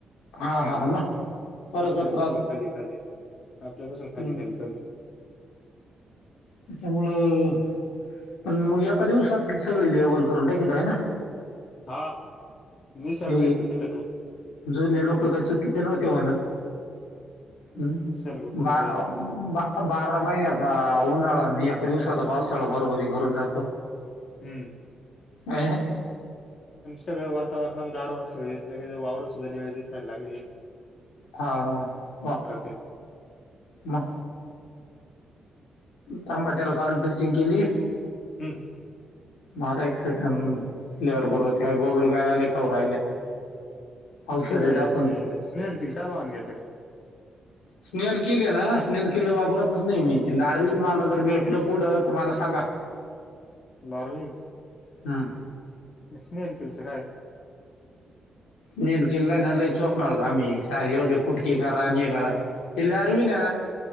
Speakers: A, on the left; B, on the left.
A: हा
B: ह
A: हा मग फरकच
B: आपल्यापासून
A: राहतो
B: खाली खाली आपल्या पासून
A: हम्म
B: खाली खाली कमी.
A: त्याच्यामुळं पण मग एका दिवसात सगळी लेवल करून टाकितो हाय ना?
B: हा. निसर्ग
A: ते
B: येतो तिकडे
A: जुने लोक काय चुकीच नव्हते म्हणत.
B: निसर्ग
A: हम्म,
B: पुढं
A: बाव
B: काही नाही
A: बा -बारा महिन्याचा उन्हाळा आणि एका दिवसाचा पावसाळा बरोबरी करून जातो.
B: हम्म.
A: <unintelligible>
B: सगळे वातावरणात गारवा सगळे वावरं सुद्धा निळे दिसायला लागले.
A: हा <inaudible>
B: आहे
A: म. तांबाट्याला काल ड्रीचिंग केली
B: हम्म
A: मारा एक <inaudible> गोगल गाया लय खाऊ राहिल्या. औषध
B: अस
A: टाकून
B: ते स्नेल किल काय पाहून घेत्यात?
A: स्नेल किल ए ना स्नेल किल वापरतच नाय मी ती डारविंन वाल जर भेटलं कुढं तर मला सांगा. <inaudible>
B: बारवीन
A: हम्म.
B: स्नेेन किल च काय?
A: निल गिल्ला आय ना लय चोकनाळ काम ए सार एवढे कुटके करा अन् हे करा. इल्यारविना